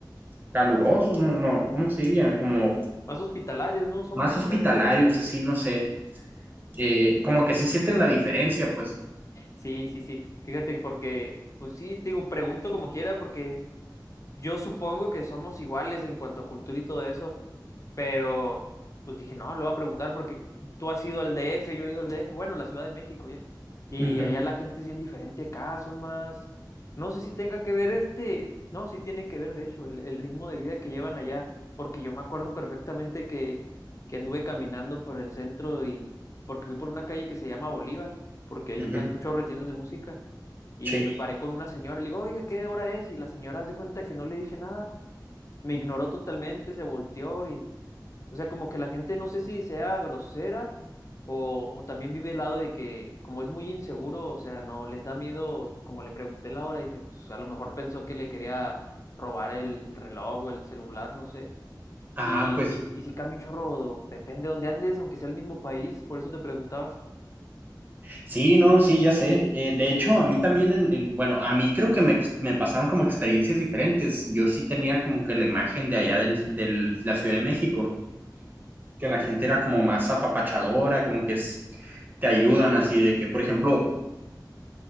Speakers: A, on the right; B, on the left.
A: calurosos, no, no, ¿cómo se diría? Como
B: Más hospitalarios, ¿no? Somos
A: más
B: acá.
A: hospitalarios, así, no sé. Eh, como que sí sienten la diferencia, pues.
B: Sí, sí, sí. Fíjate, porque, pues sí, te digo, pregunto como quiera, porque yo supongo que somos iguales en cuanto a cultura y todo eso. Pero pues dije, no, lo voy a preguntar porque tú has ido al DF, yo he ido al DF, bueno, la Ciudad de México ya. Y
A: Ujú,
B: allá la gente es bien diferente acá, son más, no sé si tenga que ver este, no, sí tiene que ver de hecho el, el ritmo de vida que llevan allá, porque yo me acuerdo perfectamente que, que anduve caminando por el centro y porque fui por una calle que se llama Bolívar, porque ahí
A: ujú,
B: están muchos retiendos de música. Y
A: Sí.
B: me paré con una señora y le digo, oiga, ¿qué hora es? Y la señora hace cuenta que no le dije nada. Me ignoró totalmente, se volteó y, o sea, como que la gente no sé si sea grosera o, o también vive el lado de que como es muy inseguro, o sea, no les da miedo, como le pregunté la hora, dije, pues a lo mejor pensó que le quería robar el reloj o el celular, no sé.
A: Ah,
B: Y,
A: pues
B: y,
A: sí,
B: y si cambia un chorro, depende de dónde andes, aunque sea el mismo país, por eso te preguntaba. <laughs>
A: Sí, no, sí, ya sé. Eh, de hecho, a mí también, en, en- bueno, a mí creo que me, ex- me pasaron como experiencias diferentes. Yo sí tenía como que la imagen de allá del, del- la Ciudad de México, que la gente era como más apapachadora, como que s- te ayudan así de que, por ejemplo,